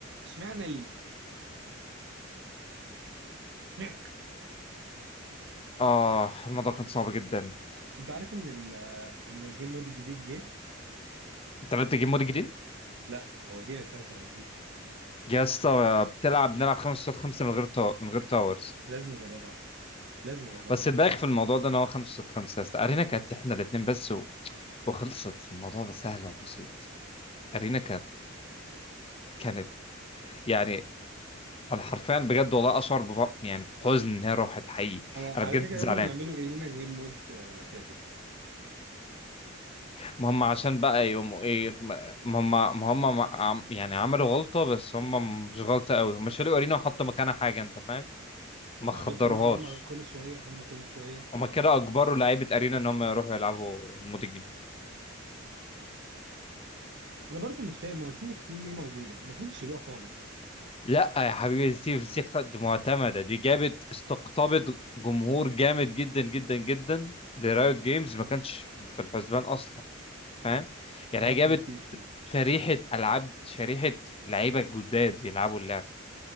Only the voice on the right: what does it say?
اشمعنى ليه؟ اشمعنى؟
انت عارف ان ال ان الجيم مود الجديد جه؟
لا هو جه اساسا مكتوب
لازم نجربها لازم نجربها
انا على
فكره
لازم يعملوا ايه لينا جيم مود آه، ثابت
ما
بس هم هم كل شويه هم كل شويه
انا برضو مش فاهم هو تي اف تي ليه موجوده؟ المفروض يشيلوها خالص
انا بكره
تي اف تي